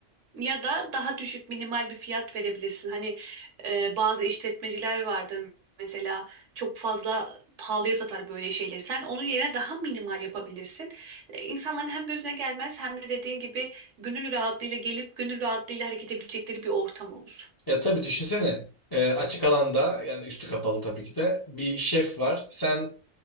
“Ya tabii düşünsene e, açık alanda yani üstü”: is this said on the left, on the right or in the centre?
Left